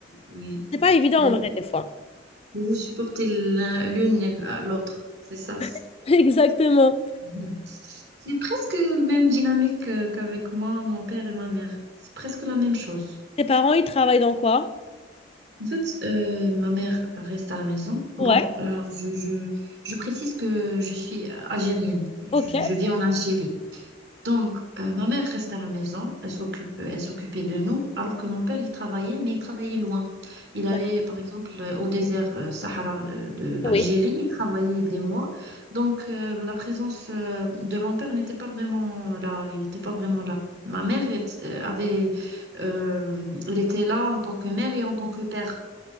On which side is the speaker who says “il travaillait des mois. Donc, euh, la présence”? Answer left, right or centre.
Right